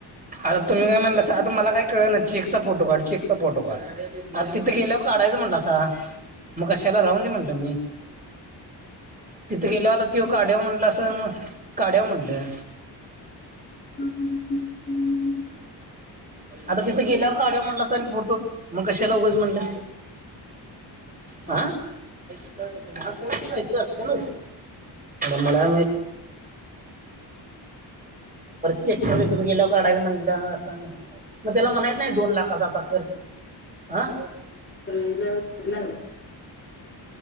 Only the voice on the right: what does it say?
आता तुम्ही काय म्हणलं आता मला काय कळ चेकचा फोटो काढ चेकचा फोटो काढ आता तिथं गेल्यावर काढायचं म्हणत अस मग कशाला राहून नाही म्हंटलं मी तिथं गेल्या होता ति काढ्याव म्हटलं असं काढ्या म्हणलं
ह आता तिथं गेल्यावर काढवा म्हणला अस आणि फोटो मग कशाला उघंच म्हणलं हा कत अस इथं असते नाच न मला च ए कसत गला काढा मण अस मग त्याला म्हणायत नाही दोन लाखाचाताा कर ह